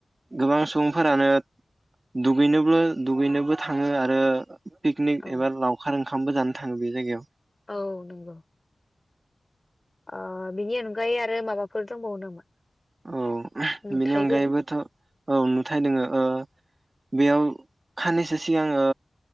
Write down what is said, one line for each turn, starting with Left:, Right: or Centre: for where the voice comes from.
Right: गोबां सुबुंफोरानो दुगैनोबल दुगैनोबो थाङो आरो पिकनिक
Left: औ
Right: एबा लावखार ओंखार ओंखामबो जानो थांओ बे जायगायाव
Left: औ नंगौ ओ बिनि अनगायै आरो माबाफोर दंबावो नामा?
Right: औ
Left: नुथायफोर
Right: बेनि अनगायैबोथ औ नुथाय दोङो ओ बेयाव खानैसो सिगांओ